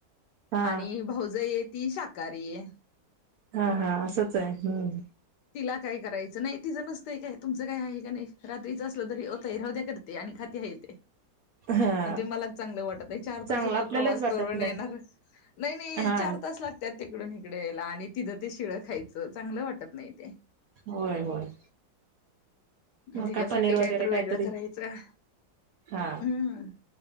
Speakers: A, on the right (about 65°); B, on the left (about 70°).
A: हा
B: आणि भाऊज ये ती शाकाहारी आहे
A: हा हा असंच आहे हम्म
B: तिला काय करायचं नाही तिचं नसतंय काय तुमचं काय आहे का नाही रात्रीचं असलं तरी तैरहद्या करते आणि खात ह येत म्हणजे
A: हा
B: मला चांगले वाटत चार
A: चांगलं
B: तसाचा
A: आपल्यालाच
B: प्रवास
A: वाटत
B: करून
A: नाही
B: येणार नाही नाही
A: हा
B: चार तास लागतात तिकडून इकडे यायला आणि तिथं ते शिळं खायचं चांगलं वाटत नाही ते
A: होय होय
B: म
A: मग
B: तिच्यासाठी
A: पनीर
B: काय
A: वगैरे
B: तर वेगळं
A: काहीतरी
B: करायचं
A: हा
B: हम्म